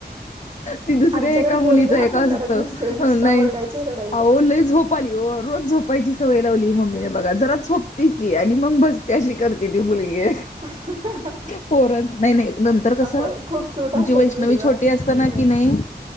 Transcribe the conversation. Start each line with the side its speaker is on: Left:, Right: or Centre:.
Left: ती दुसऱ्या
Right: आमच्याकडे
Left: एका
Right: बोलणे
Left: मुलीच एक
Right: हा प्रकारच
Left: असत
Right: नसतोय नुसता
Left: नाही
Right: ओरडायचं रडायचं
Left: अवो लय झोप. झोप आली ओ रोज झोपायची सवय लावली. ती मम्मीने बघा जरा झोपते की आणि मग बसते अशी करते ती मुलगी.
Right: <unintelligible>
Left: पोरांन, नाही-नाही नंतर कसं,
Right: होय खूप क्यूट असतात
Left: आमची वैष्णवी
Right: व्हिडिओ
Left: छोटी
Right: असे
Left: असताना
Right: लहान मुलांचे
Left: कि नयी.